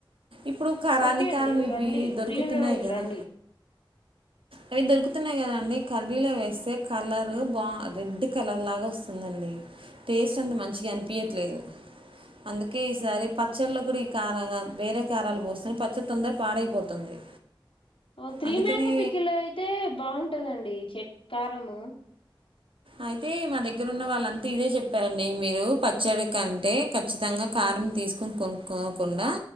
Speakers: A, on the right (about 75°); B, on the left (about 90°).
A: ఇప్పుడు ఖరాని
B: ఓకే
A: కారం
B: అండి
A: ఇవి
B: రండి
A: దొరుకుతున్నాయి
B: ఫ్రీ ఉన్న రోజు
A: కదా
B: రండి
A: అవి దొరుకుతున్నాయి కదాండి కర్రీలో వేస్తే కలర్ బా రెడ్ కలర్ లాగ వస్తుందండి టేస్ట్ అంత మంచిగనిపియట్లేదు అందుకే ఈసారి పచ్చళ్లో కూడా ఈ కార వేరే కారాలు పోస్తునే పచ్చడి తొందర పాడైపోతుంది
B: ఒ త్రీ
A: అందుకని
B: మాంగో పికిలు అయితే బాగుంటదండి చెట్ కారము
A: అయితే మా దగ్గర ఉన్న వాళ్ళంతా ఇదే చెప్పారండి మీరు పచ్చడి కంటే ఖచ్చితంగా కా రం తీసుకొని కొనుకోకుండా